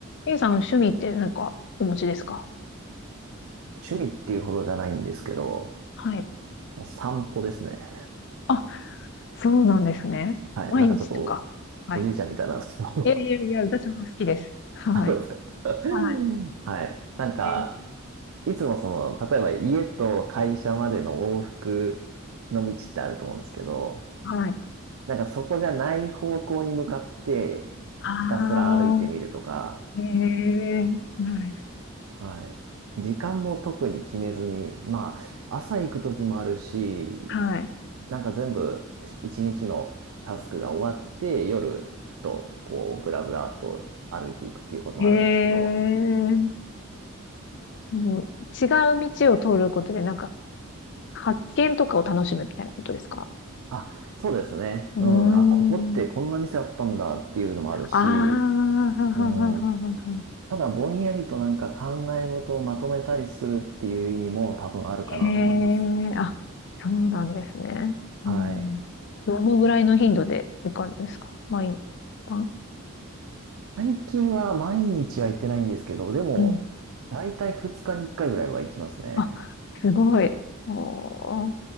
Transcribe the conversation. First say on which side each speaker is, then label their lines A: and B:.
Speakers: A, on the left (about 55°); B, on the right (about 80°).
A: ゆうさん、趣味って何かお持ちですか
B: 趣味っていうほどじゃないんですけど、
A: はい。
B: 散歩ですね。
A: あ、そうなんですね。
B: はい。
A: 毎日とか。
B: なんかちょっとお、
A: はい。
B: おじいちゃんみたいなんですけど、
A: いやいやいや、
B: <laughs>
A: 私も好きです。はい。
B: あ、どうですか。<laughs>
A: は
B: はい。なんか、
A: い。え
B: いつもその、例えば家と会社までの往復の道ってあると思うんですけど、
A: ーはい。
B: なんかそこじゃない方向に向かって、
A: ああ、
B: ひたすら歩いてみるとか、
A: へえ、はい。
B: はい。時間も特に決めずに、まあ、朝行く時もあるし、
A: はい。
B: なんか全部一日のタスクが終わって夜ふとこうブラブラっと歩いていくっていうこともあるんですけど、
A: へえ、その違う道を通ることで、なんか、発見とかを楽しむみたいなことですか
B: あ、そうですね。
A: うーん。
B: うん、あ、ここってこんな店あったんだっていうのもあるし、
A: ああ、はははははは。
B: うん、ただぼんやりとなんか考え事をまとめたりするっていう意味も多分あるかなと思います。
A: ええあ、そうなんですね。うん。
B: はい。
A: どのぐらいの頻度で行かれるんですか毎晩
B: 最近は毎日は行ってないんですけど、でも、
A: うん。
B: だいたい2日に1回ぐらいは行きますね。
A: あ、すごい。おー、